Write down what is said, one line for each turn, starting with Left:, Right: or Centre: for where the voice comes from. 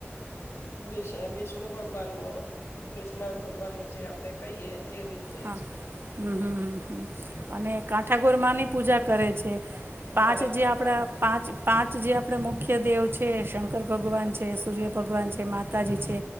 Left: વિ વિષ્ણુ ભગવાન ન કૃષ્ણ ભક્ત. જે આપણે કહીએ. એ રીતે
Right: હા
Left: જ
Right: હમ હમ હ હ અને કાંઠા ગૌરમાંની પૂજા કરે છે. પાંચ
Left: બરાબર
Right: જે આપડા
Left: કાઢે
Right: પાંચ પાંચ જે આપણે મુખ્ય મુખ્ય દેવ છે શંકર ભગવાન છે, સૂર્ય ભગવાન છે, માતાજી છે,